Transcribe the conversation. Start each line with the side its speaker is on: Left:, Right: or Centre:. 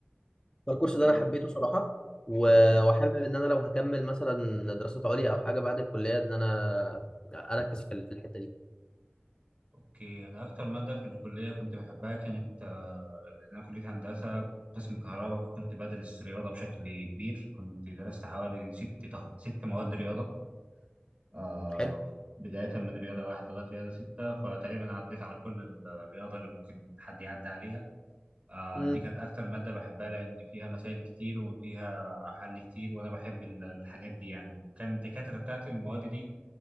Left: فالكورس
Right: اوكي
Left: ده انا حبيته صراحه و-
Right: مم.
Left: وحابب ان انا لو هكمل مثلا دراسات عليا او حاجه بعد الكليه ان انا اركز في ال- في الحته دي
Right: اوكي انا اكتر مادة في الكلية كنت بحبها كانت آه، لأن انا كلية هندسة قسم كهرباء فكنت بدرس رياضة بشكل كبير كنت درست حوالي ست تخ... ست مواد رياضة آه
Left: حلو
Right: بداية من رياضة واحد لغاية رياضة ستة فتقريبا عديت على كل الرياضة اللي ممكن حد يعدي عليها آه،
Left: امم
Right: دي كانت أكتر مادة بحبها لأن فيها مسائل كتير وفيها حل كتير وأنا بحب ال- الحاجات دي يعني وكان الدكاترة بتاعت المواد دي